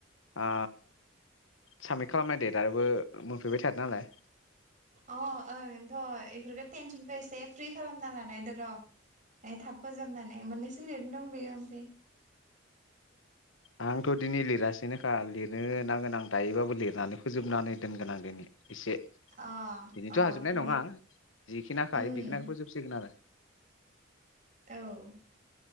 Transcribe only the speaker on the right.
अ ओनथ इफोरखौ टेनसनखौ एसे फ्रि खालामना लानायदो र ए थाब फोजोबनानै मोननैसो लिरनो दंबोयो ओमफाय
अ
अ
लिर
उम
औ